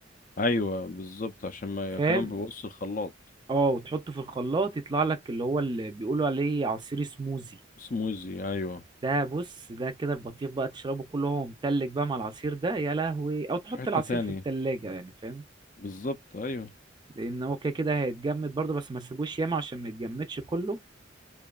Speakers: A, on the left (about 40°); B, on the right (about 25°).
A: ايوه بالظبط عشان ما
B: فاهم
A: كمان ببص الخلاط
B: اه وتحطه في الخلاط يطلع لك اللي هو اللي بيقولوا عليه عصير سموزي
A: سموزي ايوه
B: ده بص ده كده البطيخ بقى تشربه كله هو متلج بقى مع العصير ده يا لهوي او تحط
A: في حته
B: العصير
A: تانية
B: في التلاجة يعني فاهم
A: بالظبط ايوه
B: لان هو كده كده هيتجمد برضه بس ما تسيبوش ياما عشان ما يتجمدش كله